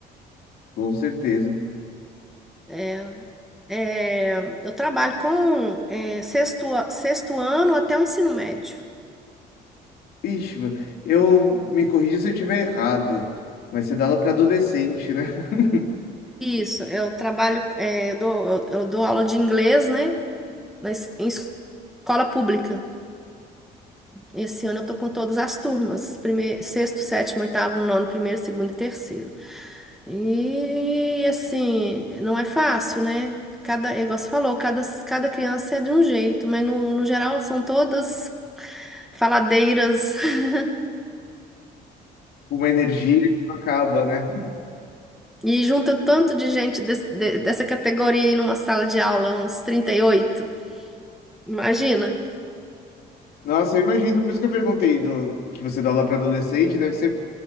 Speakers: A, on the left (about 65°); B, in the centre.
A: com certeza.
B: É, é, eu trabalho com é, sexto, a- sexto ano até o ensino médio.
A: Ixi, eu me corrija se eu estiver errado, mas você dá aula para adolescente, né? <laughs>
B: Isso, eu trabalho, é, eu dou- eu, eu dou aula de inglês, né, na, es- em escola pública. Esse ano eu tô com todas as turmas, primeiro, sexto, sétimo, oitavo, nono, primeiro, segundo e terceiro. E assim, não é fácil, né? Cada, é igual você falou, cada, cada criança é de um jeito, mas no, no geral são todas faladeiras. <laughs>
A: Uma energia que não acaba, né?
B: E junta tanto de gente desse- de- dessa categoria aí numa sala de aula, uns trinta e oito Imagina.
A: Nossa, eu imagino, por isso que eu perguntei do que você dá aula para adolescente, deve ser